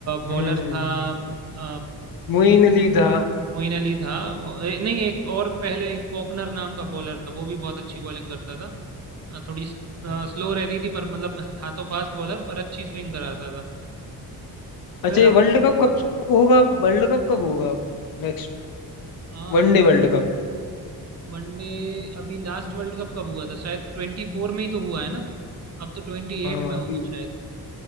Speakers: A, on the right (about 45°); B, on the left (about 65°).
A: बॉलर
B: हम्म
A: था अ,
B: मोइन अली था
A: मोइन अली था ए, नहीं एक और पहले एक फोकनर नाम का बॉलर था वो भी बहुत अच्छी बॉलिंग करता था अ, थोड़ी स्लो
B: हाँ।
A: रहती थी पर मतलब था तो फास्ट बॉलर पर अच्छी स्विंग कराता था
B: अच्छा
A: फिर
B: ये वर्ल्ड कप कब होगा वर्ल्ड कप कब होगा नेक्स्ट
A: अब
B: One day world cup
A: वनडे अभी लास्ट वर्ल्ड कप कब हुआ था शायद ट्वेंटी फोर में ही तो हुआ है ना अब तो ट्वेंटी
B: हाँ
A: एट में होगा
B: अभी वो-
A: शायद